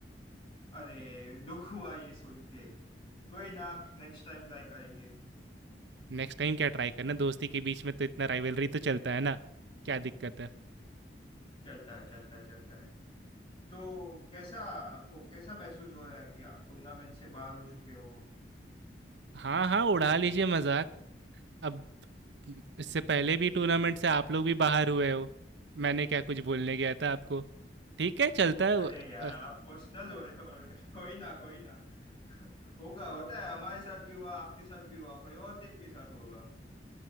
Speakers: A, on the left; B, on the right.
A: अरे दुख हुआ ये सुन के कोई ना नेक्स्ट टाइम ट्राई करेंगे
B: नेक्स्ट टाइम क्या ट्राई करना दोस्ती के बीच में तो इतना राइवलरी तो चलता है ना क्या दिक्कत है
A: चलता है चलता है चलता है तो कैसा आपको कैसा महसूस हो रहा है कि आप टूर्नामेंट से बाहर हो चुके हो
B: हाँ हाँ उड़ा लीजिए मजाक अब इससे पहले भी टूर्नामेंट से आप लोग भी बाहर हुए हो मैंने क्या कुछ बोलने गया था आपको ठीक है चलता है
A: अरे यार
B: अ,
A: आप पर्सनल हो रहे हो <laughs> कोई ना कोई ना <laughs> होगा होता है हमारे साथ भी हुआ आपके साथ भी हुआ कोई और टीम के साथ होगा